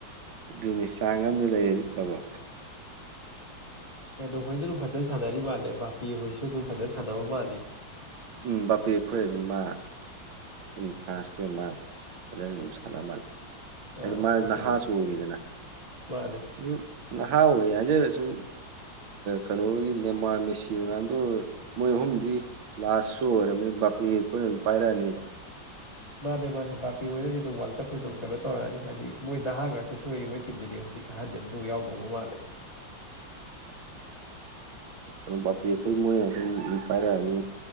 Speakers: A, on the right; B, on the left.
A: ꯑꯗꯨꯅꯤ ꯆꯥꯡ ꯑꯝꯗ ꯂꯩꯔꯗꯤ ꯐꯕ
B: ꯀꯩꯅꯣ ꯍꯣꯏꯗꯣ ꯑꯗꯨꯝ ꯐꯖꯅ ꯁꯥꯟꯅꯔꯤ ꯃꯥꯜꯂꯦ ꯚꯕꯥꯄꯤ ꯍꯣꯏꯁꯨ ꯑꯗꯨꯝ ꯐꯖꯅ ꯁꯥꯟꯅꯕ ꯃꯥꯜꯂꯤ
A: ꯎꯝ ꯕꯥꯄꯦ ꯈꯣꯏ ꯑꯗꯨꯝ ꯃꯥ ꯑꯗꯨꯝ ꯐ꯭ꯔꯥꯟꯁꯀꯤ ꯃꯥ ꯐꯖꯅ ꯑꯗꯨꯝ ꯁꯥꯟꯅꯕ ꯃꯥꯜꯂꯤ ꯑꯥꯏ
B: ꯑꯥ
A: ꯗꯤ ꯃꯥ
B: ꯃꯣꯏꯁꯨ
A: ꯅꯍꯥꯁꯨ
B: ꯑꯗꯨꯝ
A: ꯑꯣꯏꯔꯤꯗꯅ
B: ꯃꯥꯅꯦ
A: ꯎ ꯅꯍꯥ ꯑꯣꯏ ꯍꯥꯏꯖꯔ꯭ꯁꯨ ꯁꯨꯝ ꯀꯅꯣꯒꯤ ꯅꯦꯃꯥꯔ ꯃꯦꯁꯤ ꯔꯣꯅꯥꯜꯗꯣ ꯃꯣꯏ ꯑꯍꯨꯝꯗꯤ ꯂꯥꯁꯨ ꯑꯣꯏꯔꯝꯃꯤꯅꯥ ꯕꯥꯄꯦ ꯈꯣꯏꯅ ꯑꯗꯨꯝ ꯄꯥꯏꯔꯛꯑꯅꯤꯕ
B: ꯃꯥꯅꯦ ꯃꯥꯅꯦ ꯕꯥꯥꯄꯦ ꯍꯣꯏꯅꯗꯤ ꯑꯗꯨꯝ ꯋꯥꯔꯜ ꯀꯞꯁꯦ ꯑꯗꯨꯝ ꯀꯩꯅꯣ ꯇꯧꯔꯛꯑꯅꯤ ꯍꯥꯏꯗꯤ ꯃꯣꯏ ꯅꯍꯥ ꯉꯥꯛꯇꯁꯨ ꯑꯣꯏ ꯃꯣꯏ ꯇꯤꯝꯗꯨꯗꯤ ꯍꯧꯖꯤꯛ ꯑꯍꯟ ꯗꯤ ꯑꯝꯇꯕꯨ ꯌꯥꯎꯗꯕ ꯃꯥꯜꯂꯦ
A: ꯎꯝ ꯕꯥꯄꯦ ꯑꯩꯈꯣꯏ ꯃꯣꯏꯅ ꯑꯗꯨꯝ ꯄꯥꯏꯔꯛꯑꯅꯤ